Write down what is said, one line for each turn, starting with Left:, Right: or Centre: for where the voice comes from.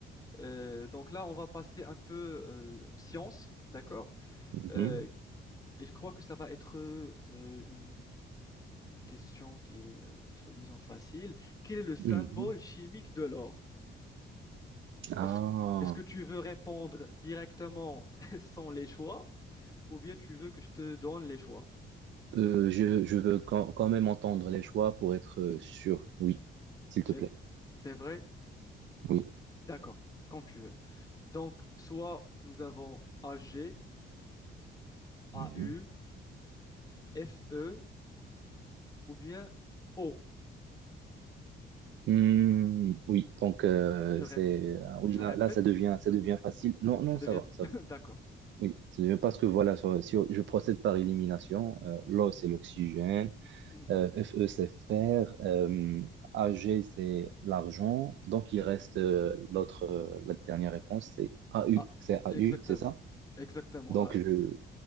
Left: euh, donc là, on va passer un peu euh, science. D'accord?
Right: Mhm.
Left: Euh, et je crois que ça va être euh, une, une question qui est, euh, soi-disant, facile. Quel est le symbole
Right: Mhm.
Left: chimique de l'or?
Right: Ah,
Left: Est-ce, que est-ce que tu veux répondre directement <laughs> sans les choix ou bien tu veux que je te donne les choix?
Right: euh, je, je veux quand, quand même entendre les choix pour être euh, sûr. Oui, s'il
Left: C'est,
Right: te plaît.
Left: c'est vrai?
Right: Oui.
Left: D'accord, comme tu veux. Donc, soit nous avons A A G A
Right: Mhm.
Left: U F E ou bien O.
Right: Hmm, oui, donc euh,
Left: Je, rép-
Right: c'est euh, oui
Left: je répète,
Right: là, là ça devient ça devient facile. Non non
Left: ça devient...
Right: ça va ça
Left: <laughs>
Right: va.
Left: D'accord.
Right: Oui, ça devient parce que voilà ça si je procède par élimination, euh, l'O c'est l'oxygène,
Left: Mhm.
Right: euh, Fe c'est fer, euh, Ag c'est l'argent, donc il reste euh, l'autre euh, la dernière réponse c'est AU
Left: Ah,
Right: c'est
Left: exactement.
Right: AU c'est ça?
Left: Exactement,
Right: Donc
Left: A E.
Right: je